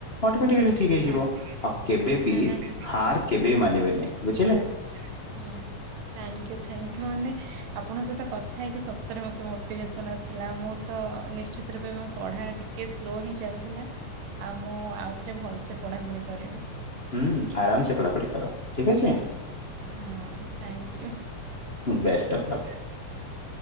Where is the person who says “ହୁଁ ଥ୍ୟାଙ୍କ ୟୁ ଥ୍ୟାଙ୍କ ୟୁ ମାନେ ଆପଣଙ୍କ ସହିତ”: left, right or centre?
Right